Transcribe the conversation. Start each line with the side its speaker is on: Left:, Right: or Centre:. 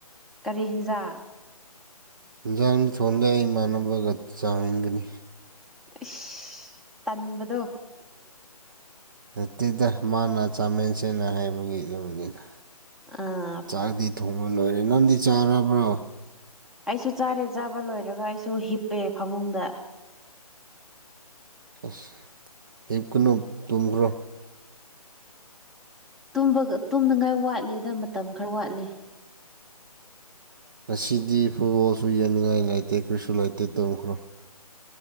Centre: ꯀꯔꯤ ꯍꯤꯟꯖꯥꯡ
Right: ꯌꯦꯟꯖꯥꯡꯅꯤ ꯊꯣꯟꯗ ꯑꯩ ꯏꯃꯥꯟꯅꯕꯒ ꯆꯥꯃꯤꯒꯅꯤ
Centre: ꯏ ꯇꯟꯕꯗꯣ
Right: ꯅꯠꯇꯦꯗ ꯃꯥꯅ ꯆꯥꯃꯦꯟꯁꯦꯅ ꯍꯥꯏꯕꯒꯤ ꯌꯨꯝꯅꯤꯗ
Centre: ꯑꯥ
Right: ꯆꯥꯛꯗꯤ ꯊꯣꯡꯕ ꯂꯣꯏꯔꯦ ꯅꯪꯗꯤ ꯆꯥꯔꯕ꯭ꯔꯣ
Centre: ꯑꯩꯁꯨ ꯆꯥꯔꯦ ꯆꯥꯕ ꯂꯣꯏꯔꯒ ꯑꯩꯁꯨ ꯍꯤꯞꯄꯦ ꯐꯃꯨꯡꯗ
Right: ꯑꯁ ꯍꯤꯞꯀꯅꯨ ꯇꯨꯝꯈ꯭ꯔꯣ
Centre: ꯕ ꯇꯨꯝꯅꯉꯥꯏ ꯋꯥꯠꯂꯤꯦꯗ ꯃꯇꯝ ꯈꯔ ꯋꯥꯠꯂꯤꯦ
Right: ꯉꯁꯤꯗꯤ ꯐꯨꯠꯕꯣꯜꯁꯨ ꯌꯦꯡꯅꯤꯡꯉꯥꯏ ꯂꯩꯇꯦ ꯀꯔꯤꯁꯨ ꯂꯩꯇꯦ ꯇꯣꯝꯈ꯭ꯔꯣ